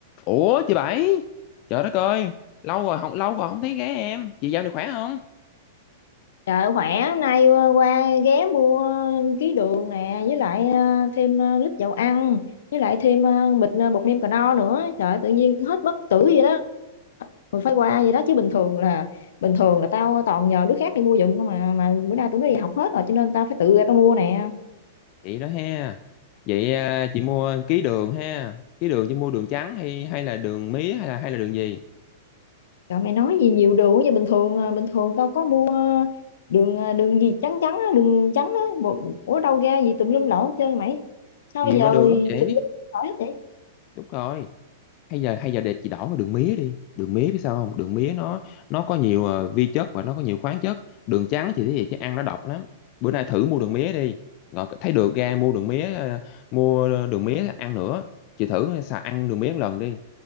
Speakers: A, on the left; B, on the left.
A: Ủa chị Bảy Trời đất ơi Lâu rồi không lâu rồi không thấy ghé em Chị dạo này khỏe không
B: Trời khỏe, hôm nay ờ, qua ghé mua ờ, ký đường nè, với lại ờ, thêm ờ, lít dầu ăn, với lại thêm ờ, bịch ờ, bột nêm cà no nữa. Trời ơi, tự nhiên hết bất tử vậy đó. Mình phải qua vậy đó chứ bình thường là bình thường là tao toàn nhờ đứa khác đi mua giùm không mà mà bữa nay tụi nó đi học hết rồi cho nên tao phải tự ra tao mua nè.
A: Vậy đó ha Vậy à, chị mua ký đường ha Ký đường chị mua đường trắng hay hay là đường mía hay là hay là đường gì
B: Trời mày nói gì nhiều đường quá vậy bình thường ờ, bình thường tao có mua ờ, đường ờ, đường gì trắng trắng á, đường trắng á, bộ- ủa đâu ra gì tùm lum lỗ hết trơn mày. Sao
A: Nhiều
B: giờ
A: loại đường lắm chị
B: tùm lum lỗ hết vậy?
A: Đúng rồi Hay giờ hay giờ để chị đổi qua đường mía đi Đường mía biết sao không Đường mía nó nó có nhiều à, vi chất và nó có nhiều khoáng chất Đường trắng chị thấy vậy chứ ăn nó độc lắm Bữa nay thử mua đường mía đi Rồi thấy được ra mua đường mía à, Mua à, đường mía ăn nữa Chị thử à, xài ăn đường mía một lần đi